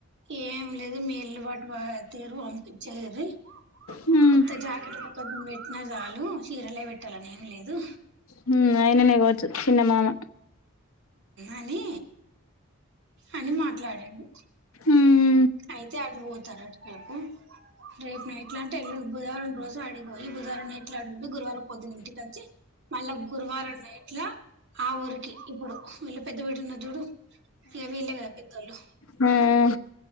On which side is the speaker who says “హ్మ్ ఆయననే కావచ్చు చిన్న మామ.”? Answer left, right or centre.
Left